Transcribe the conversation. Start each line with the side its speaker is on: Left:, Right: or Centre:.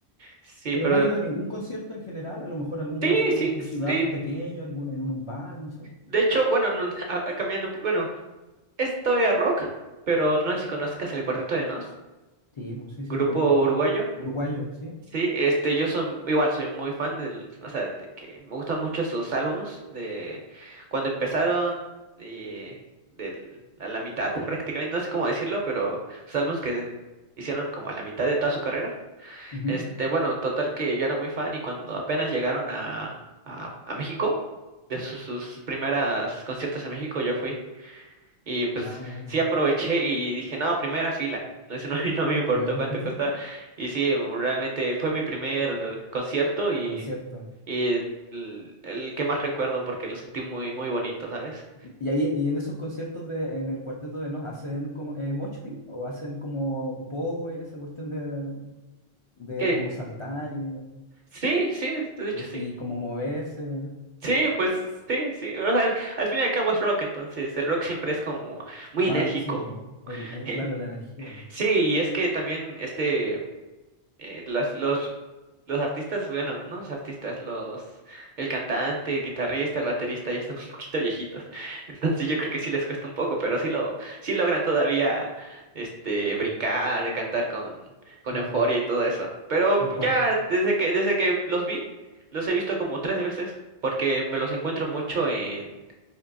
Right: sí,
Left: Pero
Right: pero
Left: no has ido a ningún concierto en general, a lo mejor algún
Right: sí,
Left: concierto
Right: sí,
Left: en tu ciudad,
Right: sí.
Left: un pequeño, algún en un bar, no sé.
Right: De hecho, bueno, no, <laughs> a- a- cambiando un poco, Es todavía rock, pero no sé si conozcas el Cuarteto de Nos,
Left: Sí, pues sí, sí
Right: grupo
Left: lo conozco.
Right: uruguayo.
Left: Uruguayo, sí.
Right: Sí, este, yo soy, igual soy muy fan del, o sea, de que me gustan mucho sus álbums de cuando empezaron y del, a la mitad prácticamente, no sé cómo decirlo, pero sus álbumes que hicieron como a la mitad de toda su carrera.
Left: Ujú.
Right: Este, bueno, total que yo era muy fan y cuando apenas llegaron a, a, a México, de sus, sus primeras conciertos en México, yo fui. Y pues
Left: Ah, bueno.
Right: sí aproveché y dije, no, primera fila. <laughs> No, eso no, <laughs> no me importó
Left: Primer
Right: cuánto
Left: <laughs>
Right: costaba. Y sí, realmente fue mi primer concierto y,
Left: concierto.
Right: y el, el que más recuerdo porque lo sentí muy, muy bonito, ¿sabes?
Left: Y y ahí y en esos conciertos de en el Cuarteto de Nos hacen como eh, mosh pit o hacen como pogo y esa cuestión de, de
Right: Que
Left: como saltar y,
Right: sí, sí, de hecho
Left: de-
Right: sí.
Left: y como moverse.
Right: Sí, pues sí, sí. O sea, al al fin y al cabo es rock, entonces el rock siempre es como muy
Left: Más,
Right: enérgico.
Left: sí, po, el, eh,
Right: <laughs>
Left: claro, la energía.
Right: Sí, y es que también este. eh, las, los, los artistas, bueno, no los artistas, los, el cantante, el guitarrista, el baterista ya están <laughs> un poquito viejitos. <laughs> Entonces yo creo que sí les cuesta un poco, pero sí lo, sí logran todavía este brincar,
Left: Ujú,
Right: cantar con, con
Left: Claro.
Right: euforia y todo eso. Pero
Left: El cuarto
Right: ya desde que, desde que los vi, los he visto como tres veces, porque me los encuentro mucho en